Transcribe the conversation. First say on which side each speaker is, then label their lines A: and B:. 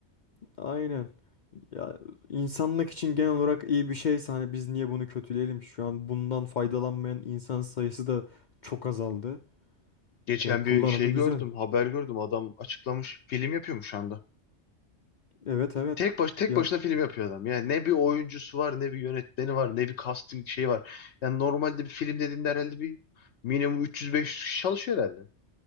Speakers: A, on the left; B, on the left.
A: Aynen. Ya insanlık için genel olarak iyi bir şeyse hani biz niye bunu kötüleyelim ki? Şu an bundan faydalanmayan insan sayısı da çok azaldı.
B: Geçen
A: Ya kullanımı
B: bir şey gördüm,
A: güzel.
B: haber gördüm. Adam açıklamış. Film yapıyormuş şu anda.
A: Evet evet.
B: Tek baş tek
A: Ya
B: başına film yapıyor adam. Yani ne bir oyuncusu var, ne bir yönetmeni var, ne bir casting şeyi var. Yani normalde bir film dediğinde herhalde bir minimum 300-500 kişi çalışıyor herhalde.